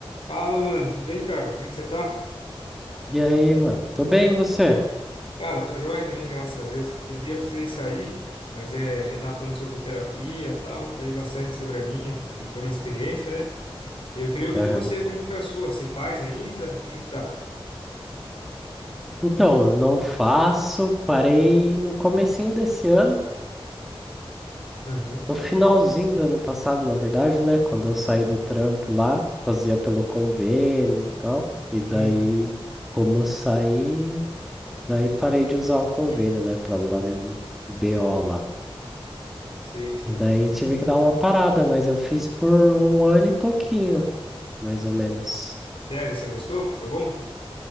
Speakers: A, on the left; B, in the centre.
A: Fala, mano, tudo bem, cara? Como que você tá?
B: E aí, mano? Tô bem, e você?
A: Cara, tô joia também, graças a Deus. Aquele dia eu precisei sair, mas é, a gente tava falando sobre terapia e tal, falei bastante sobre a minha, como foi minha experiência, né? E eu queria ouvir
B: Aham.
A: de você, como que foi a sua? Se faz ainda? Como que tá?
B: Então, não faço, parei no comecinho desse ano,
A: Aham,
B: no finalzinho do ano passado, na verdade, né? Quando eu saí do trampo lá, fazia pelo convênio e tal. E daí,
A: uhum,
B: como eu saí, daí parei de usar o convênio,
A: <clears throat>
B: né? Pra não dar nenhum BO lá.
A: sei, sei.
B: E daí tive que dar uma parada, mas eu fiz por um ano e pouquinho, mais ou menos.
A: Sério, você gostou? Foi bom?